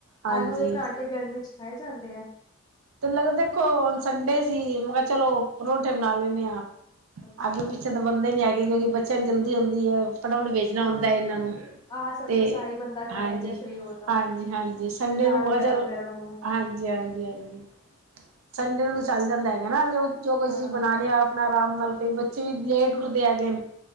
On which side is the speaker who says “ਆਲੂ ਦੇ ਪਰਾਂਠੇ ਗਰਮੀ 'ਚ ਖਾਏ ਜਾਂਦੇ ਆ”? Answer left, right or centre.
Left